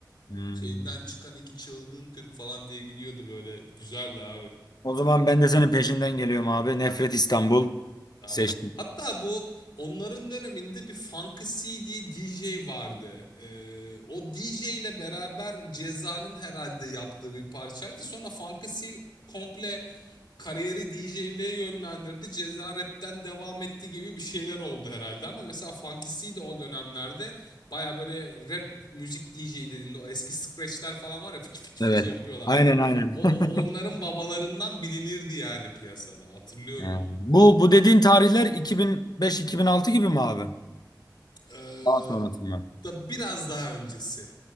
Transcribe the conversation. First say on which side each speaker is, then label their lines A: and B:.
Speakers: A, on the left; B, on the left.
A: Hmm.
B: şeyden çıkan iki çılgın Türk falan diye gidiyordu böyle. Güzeldi abi.
A: o zaman ben de senin peşinden geliyorum abi. Nefret İstanbul
B: Tamam.
A: seçtim.
B: Hatta bu onların döneminde bir Funky C diye DJ vardı. Ee, o DJ ile beraber Ceza'nın herhalde yaptığı bir parçaydı. Sonra Funky C komple kariyeri DJ'liğe yönlendirdi. Ceza rapten devam etti gibi bir şeyler oldu herhalde. Ama mesela Funky C de o dönemlerde baya böyle rap müzik DJ dediğinde o eski scratchler falan var ya fıçı fıçı
A: Evet.
B: fıçı yapıyorlardı
A: Aynen
B: falan.
A: aynen.
B: O,
A: <laughs>
B: o- onların babalarından bilinirdi yani piyasada. Hatırlıyorum
A: Ha,
B: onu.
A: Bu bu dediğin tarihler 2005-2006 gibi mi abi?
B: Ee,
A: Daha sonrası mı
B: da biraz daha öncesi.